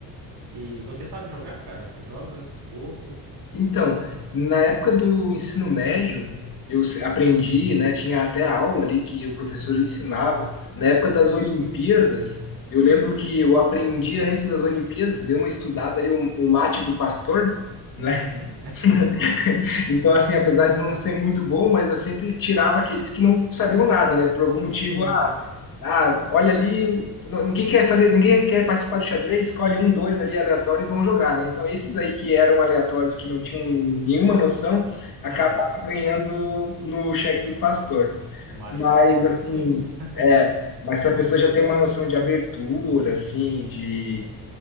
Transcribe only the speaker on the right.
E você sabe jogar, cara? Você joga um pouco?
Olha.
Uhum.
Sim, sim.
Aham.
No Mate
Pastor,
sim. <laughs>